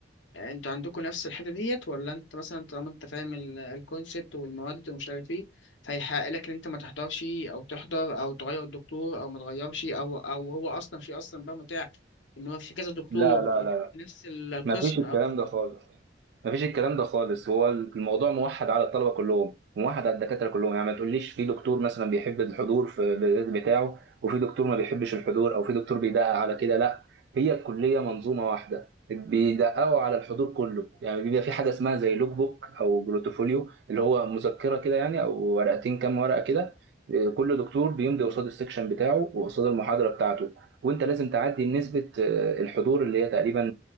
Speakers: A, on the left; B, on the right.
A: آه، انتوا عندكم نفس الحتة ديت ولا انت مثلا طالما انت فاهم ال- الكونسبت والمواد ومش عارف ايه فيحق لك ان انت ما تحضرش او تحضر او تغير الدكتور او ما تغيرش او او هو اصلا في اصلا بقى متاح ان هو في كذا دكتور
B: لا لا لا
A: نفس ال- القسم
B: ما فيش الكلام
A: او
B: ده خالص يعني. ما فيش الكلام ده خالص هو الموضوع موحد على الطلبه كلهم موحد على الدكاتره كلهم يعني ما تقوليش في دكتور مثلا بيحب الحضور في ال- بتاعه وفي دكتور ما بيحبش الحضور او في دكتور بيدقق على كده لا هي الكليه منظومه واحده بيدققوا على الحضور كله يعني بيبقى في حاجه اسمها زي لوك بوك او بروتوفوليو اللي هو مذكره كده يعني او ورقتين كام ورقه كده إيه، كل دكتور بيمضي قصاد السكشن بتاعه وقصاد المحاضره بتاعته وانت لازم تعدي نسبه آه، الحضور اللي هي تقريبا